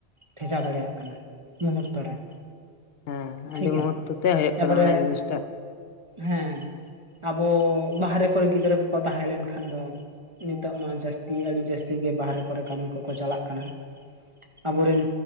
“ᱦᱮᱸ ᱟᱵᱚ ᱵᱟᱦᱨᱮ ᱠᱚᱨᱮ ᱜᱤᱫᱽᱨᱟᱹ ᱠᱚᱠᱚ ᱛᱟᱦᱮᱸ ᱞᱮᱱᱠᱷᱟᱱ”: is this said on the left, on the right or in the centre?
Right